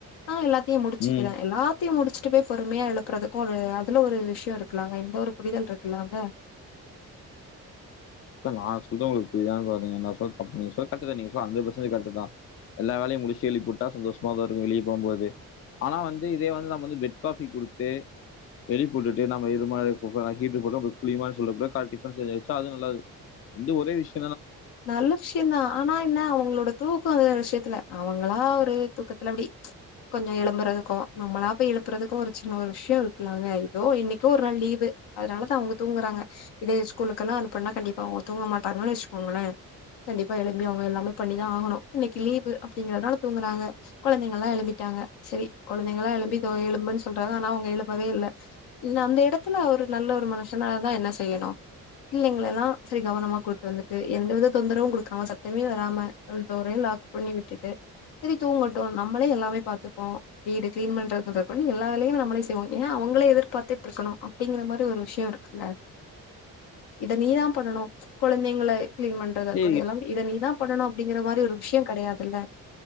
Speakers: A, on the left (about 75°); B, on the left (about 35°).
A: ஆஹா எல்லாத்தியு முடிச்சுக்குறே
B: ம்.
A: எல்லாத்தியு முடிச் ட்டு போய் பொறுமியா எழுப்புறதுக்கு ஒரு அதுல ஒரு விஷ்யோ இருக்குலாங்க இந்த ஒரு புரிதல் இருக்குல அங்க
B: இப்ப நா சொல்றது உங்குளுக் புரிதா பாருங்க நா சொல் தப்புன் நீங் சொல்றது கரெக்ட் தா நீங்க சொல்றது ஹண்டர்ட் பெஷன்டேஜ் கரெக்டுதா எல்லா வேலையு முடிச்சு எழுப்பிவுட்டா சந்தோஷ்மா தா இருக்கு வெளிய போம்போது ஆனா வந்து இதே வந்து நம்ம வந்து பெட் காபி குடுத்து எழப்பிவுட்டு நம்ம <unintelligible> நா ஹீட்டர் போட்ட போய் குளிமான்னு சொல்ல <unintelligible> கால்ல டிப்பன் செஞ்சு வெச்ச அது நல்லாது ரெண்டு ஒரே விஷ்
A: நல்ல விஷியதா ஆனா என்ன அவுங்குளோட தூக்க வேற விஷியத்துல அவுங்களா ஒரு தூக்கத்துல அப்பிடி கொஞ்ச எழும்புறதுக்கு நம்மளா போய் எழுப்புறதுக்கு ஒரு சின்ன ஒர் விஷ்யோ இருக்குல்லாங்க இதோ இன்னிக்கோ ஒர் நாள் லீவு அதுனால தா அவுங்க தூங்குறாங்க இதே ஸ்கூலுக்கெல்லா அனுப்புண்ணா கண்டிப்பா அவுங்க தூங்க மாட்டாங்கன் வெச்சுக்கோங்குளே கண்டிப்பா எழும்பி அவங்க எல்லாமே பண்ணிதா ஆகணு இன்னிக்கு லீவு அப்பிடிங்குறதுனால தூங்குறாங்க கொழந்தைங்க எல்லா எழும்பிட்டாங்க செரி கொழந்தைங்கல்லா எழும்பி இதோ எழும்புன் சொல்றாங்க ஆனா அவுங்க எழுப்பவே இல்ல இன்ன அந்த எடத்துல ஒரு நல்ல ஒரு மனுசுனாதா என்ன செய்யுணு பிள்ளைங்கள எல்லா செரி கவனமா கூட்டு வந்துட்டு எந்த விதத் தொந்தரவு குடுக்காம சத்தமே வராம <unintelligible> டோரையு லாக் பண்ணி விட்டுட்டு சேரி தூங்கட்டு நம்மளே எல்லாமே பாத்துப்போம் வீடு கிளீன் பண்ற முதல் கொண்டு எல்லா வேலையு நம்மளே செய்வோம் ஏன் அவுங்குளே எதிர்பாத்துட்டு இருக்கணு அப்டிங்கிற மாரி ஒரு விஷ்யோ இருக்குல்ல இத நீதா பண்ணணு கொழந்திங்கல்ல கிளீன் பண் பண்றத இருக்கட்டு
B: ஏய்
A: எல்லாம் இத நீதா பண்ணணு அப்டிங்கிற மாரி ஒரு விஷ்யம் கடையாதுல்ல